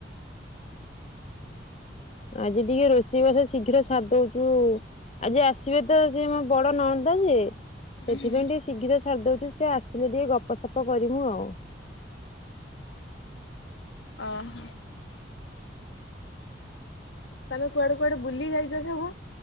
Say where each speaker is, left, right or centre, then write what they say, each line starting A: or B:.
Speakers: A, on the left; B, on the left.
A: ଆଜି ଟିକେ ରୋଷେଇବାସ ଶୀଘ୍ର ସାର ଦଉଛୁ ଆଉ। ଆଜି ଆସିବେ ତ ସେ ମୋ ବଡନଣନ୍ଦ ଯିଏ।
B: ହୁଁ
A: ସେଥିପାଇଁ
B: ହୁଁ
A: ଟିକେ ଶୀଘ୍ର ସାରିଦଉଚୁ ସେ ଆସିଲେ ଟିକେ ଗପସପ କରିମୁ ଆଉ।
B: ଅହ। ତମେ କୁଆଡେ କୁଆଡେ ବୁଲିଯାଇଚ ସବୁ